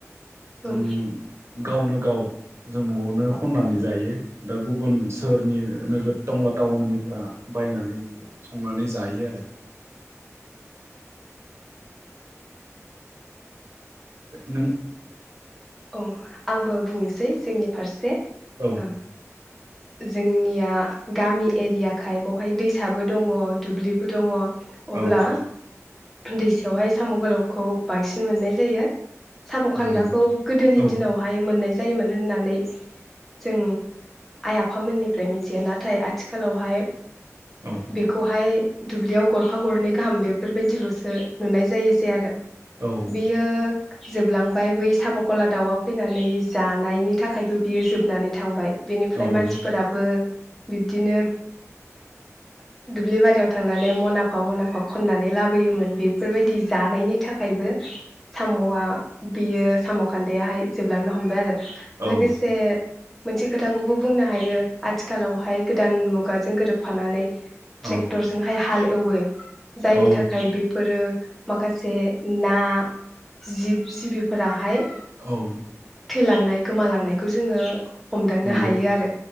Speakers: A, on the right; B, in the centre.
A: जों
B: औ।
A: गावनो गाव जों न'आवनो खननानै जायो दा गुबुन सोहोरनि नोगोर टंला टाउननिफोरा बायनानै बेखौ संनानै जायो आरो। नों
B: औ आंबो बुंनोसै सै जोंनि फारसे
A: औ
B: ओ जोंनिया गामि एरियाखाय बावहाय दैसाबो दङ' दुब्लिबो दङ' अब्ला
A: औ
B: दैसायावहाय साम' गोलावखौ बांसिन मोननाय जायो। साम' खान्दाखौ
A: उम
B: गोदोनि
A: औ
B: दिनावहाय मोननाय जायोमोन होननानै जों आइ आफामोननिफ्राय मिथियो नाथाय आथिखालावहाय
A: औ
B: बेखौहाय दुब्लियाव गरफा गरनै गाहाम बेफोर बायदिलसो नुनाय जायोसै आरो
A: औ
B: बियो जोबलांबाय बै सामखला दाउआ फैनानै जानायनि थाखायबो बियो जोबनानै थांबाय ओमफ्राय
A: औ उम
B: मानसिफोराबो बिब्दिनो दुब्लि बारियाव थांनानै मनाफा मनाफा खननानै लाबोयोमोन बेफोरबायदि जानायनि नि थाखायबो सामआ बियो साम खान्दाहाय जोबलांनो हमबाय आरो
A: औ
B: लोगोसे मोनसे खोथा खौबो बुंनो हायो आथिखालावहाय गोदान मुगाजों गोरोबफानानै
A: औ
B: ट्रेक्टरजोंहाय हाल एवो जायनि
A: औ
B: थाखाय बेफोरो माखासे ना जिब जिबिफोराहाय
A: औ
B: थैलांनाय गोमालांनायखौ जोङो हमदांनो
A: नंगौ
B: हा हायो आरो